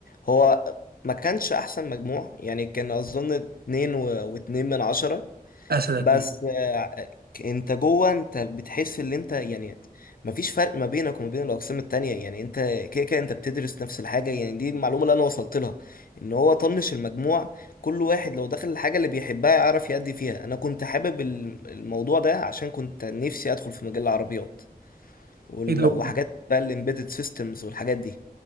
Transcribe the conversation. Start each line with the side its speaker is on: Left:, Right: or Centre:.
Left: هو ما كانش احسن مجموع يعني كان اظن اتنين و... واتنين من عشرة
Right: اسدك
Left: بس آه، انت جوه انت بتحس ان انت يعني مفيش فرق ما بينك وما بين الاقسام التانية يعني انت كده كده انت بتدرس نفس الحاجة يعني دي المعلومة اللي انا وصلت لها ان هو طنش المجموع كل واحد لو دخل الحاجة اللي بيحبها يعرف يأدي فيها انا كنت حابب ال- الموضوع ده عشان كنت نفسي ادخل في مجال العربيات وال-
Right: ايه ده
Left: وحاجات بقى الامبيدد سيستمز والحاجات دي